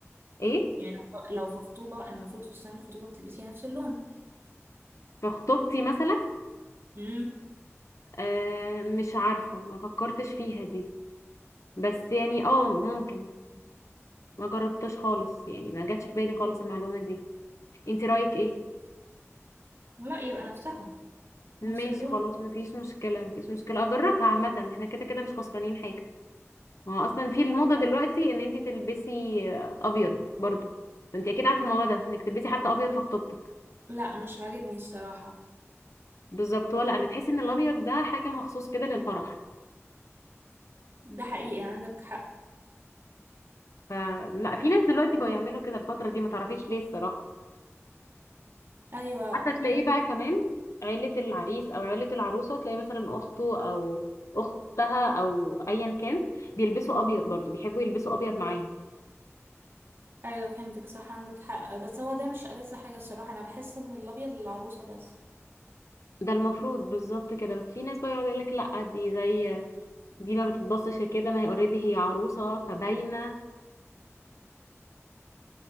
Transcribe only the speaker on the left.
ايه
في خطوبتي مثلا
آه مش عارفه ما فكرتش فيها دي بس يعني اه ممكن ما جربتش خالص يعني ما جاتش في بالي خالص المعلومه دي انت رايك ايه
ماشي
خلاص مفيش مشكلة مفيش مشكلة اجربها عامة احنا كده كده مش خسرانين حاجة ما هو اصلا في الموضة دلوقتي ان انتي تلبسي ابيض برضو انتي اكيد عارفة الموضوع ده انك تلبسي حتى ابيض في خطوبتك
بالظبط ولا انا تحسي ان الابيض ده حاجة مخصوص كده للفرح
فلا في ناس دلوقتي بقوا يعملوا كده الفترة دي ما تعرفيش ليه الصراحة
حتى تلاقيه
بقى كمان عيلة العريس او عيلة العروسة تلاقي مثلا اخته او اختها او ايا كان بيلبسوا ابيض برضو بيحبوا يلبسوا ابيض معاهم
ده المفروض بالظبط كده بس في ناس بقى يقعد يقول لك لا دي زي دي ما بتتبصش كده ما هي اوريدي هي عروسه فباينه